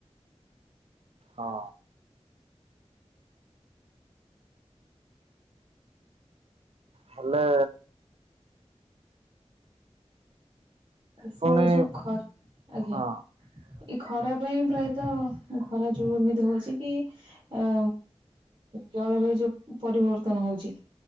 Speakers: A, on the right (about 60°); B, on the right (about 45°).
A: ହଁ। ହେଲେ
B: ସେ
A: ପୁଣି
B: ଯୋଉ ଖର ଆଜ୍ଞା
A: ହଁ
B: ଏଇ ଖରା ପାଇଁ ପ୍ରାୟତଃ ଘରା ଯୋଉ ଏମିତି ହଉଛି କି ଆ ଜଳବାୟୁ ଯୋଉ ପରିବର୍ତ୍ତନ ହଉଛି